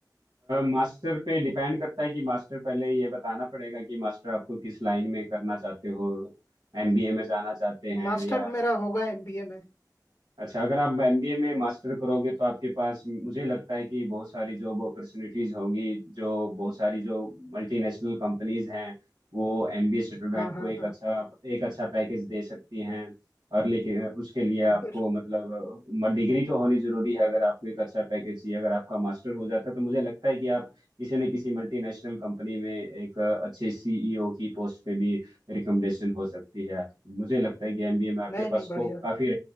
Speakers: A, on the right; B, on the left.
A: मास्टर पे डिपेंड करता है कि मास्टर पहले ये बताना पड़ेगा कि मास्टर आपको किस लाइन में करना चाहते हो एमबीए में जाना चाहते हैं
B: मास्टर
A: या
B: मेरा होगा एमबीए में
A: अच्छा अगर आप एमबीए में मास्टर करोगे तो आपके पास मुझे लगता है कि बहुत सारी जॉब अपॉर्चुनिटीज होंगी जो बहुत सारी जो मल्टीनेशनल कंपनीज हैं वो एमबीए स्टूडेंट
B: हाँ हाँ
A: को एक
B: हाँ
A: अच्छा एक अच्छा पैकेज दे सकती हैं और लेकिन उसके लिए आपको
B: बिल-
A: मतलब डिग्री तो होनी जरूरी है अगर आपको एक अच्छा पैकेज चाहिए अगर आपका मास्टर हो जाता है तो मुझे लगता है कि आप किसी न किसी मल्टीनेशनल कंपनी में एक अच्छे सीईओ की पोस्ट पे भी रिकमेंडेशन हो सकती है मुझे लगता है कि एमबीए में आपके
B: नहीं नहीं
A: पास
B: बढ़िया
A: स्कोप काफी